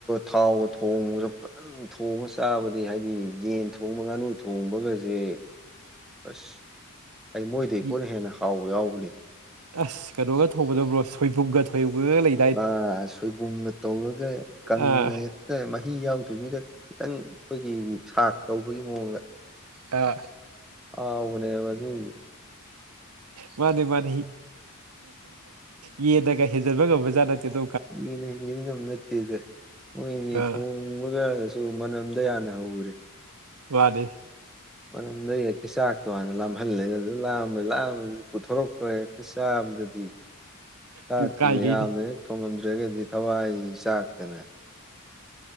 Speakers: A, in the centre; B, on the right.
A: ꯊꯥꯎ ꯊꯣꯡꯕꯗꫭ ꯐꯖꯅꯥ ꯊꯣꯡꯉꯥ ꯆꯥꯕꯗꯤ ꯍꯥꯏꯗꯤ ꯌꯦꯟ ꯊꯣꯡꯕ ꯉꯥꯅꯨ ꯊꯣꯡꯕꯒꯁꯦ꯫ ꯑꯁ ꯑꯩ ꯃꯣꯏꯗꯤ ꯑꯩ ꯄꯣꯠꯅ
B: ꯏ
A: ꯍꯦꯟꯅ ꯍꯥꯎꯕ ꯌꯥꯎꯕꯅꯤ
B: ꯑꯁ ꯀꯩꯅꯣꯒ ꯊꯣꯡꯕꯗꯣ ꯕ꯭ꯔꯣ ꯁꫭꯏꯕꯨꯝꯒ ꯊꯣꯏ <unintelligible> ꯂꯩ
A: ꯃꯥ ꯁꯣꯏꯒꯨꯝꯒ ꯇꯧꯔꯒ ꯀꯪꯅ
B: ꯑꯥ
A: ꯍꯦꯛ ꯃꯍꯤ ꯌꯥꯎꯗꯕꯤꯗ ꯈꯤꯇꯪ ꯑꯩꯈꯣꯏꯒꯤ ꯁꯥꯛ ꯇꯧꯕꯒꯤ ꯃꯑꯣꯡꯗ
B: ꯑ
A: ꯍꯥꯎꯕꯅꯦꯕ ꯑꯗꯨꯗꯨ
B: ꯃꯥꯅꯦ ꯃꯥꯅꯦ ꯌꯦꯟꯅꯒ ꯍꯦꯟꯖꯟꯕ ꯉꯕꯖꯥꯅꯠꯇꯦꯗꯣ
A: ꯃꯤꯅ ꯍꯦꯟꯖꯤꯟꯉꯝ ꯅꯠꯇꯦꯗ ꯃꯣꯏꯗꯤ
B: ꯑꯥ
A: ꯊꯣꯡ ꯎꯕꯀꯥꯟꯗꯁꯨ ꯃꯅꯝꯗꯩ ꯍꯥꯟꯅ ꯍꯩꯔꯦ
B: ꯋꯥꯗꯦ
A: ꯃꯅꯝꯗꯒꯤ ꯍꯦꯛꯇ ꯆꯥꯛꯇꯣ ꯍꯥꯟꯅ ꯂꯥꯝꯍꯜꯂꯦ ꯑꯗꯨ ꯂꯥꯝꯃ ꯂꯥꯝꯃꯦ ꯄꯨꯊꯣꯔꯛꯄ ꯄꯁꯥꯕꯗꯗꯤ ꯁꯥꯥꯇ
B: ꯄꯨꯛ ꯀꯥꯏꯒꯩꯅꯤ
A: ꯌꯥꯃꯦ ꯊꯣꯡꯉꯝꯗ꯭ꯔꯒꯗꯤ ꯊꯋꯥꯏ ꯆꯥꯛꯇꯅꯦ